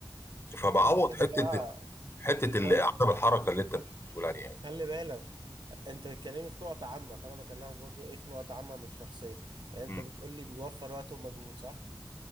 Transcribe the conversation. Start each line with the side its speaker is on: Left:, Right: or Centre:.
Left: فبعوض
Right: انت كده
Left: حته
Right: بقى
Left: حته
Right: ده
Left: اللي- عدم الحركه اللي انت بتقول عليها يعني
Right: خلي بالك انت بتكلمني في نقطة عامة فانا بكلمك برضو ايه في نقطة عامة مش شخصية يعني انت
Left: مم.
Right: بتقولي بيوفر وقت ومجهود صح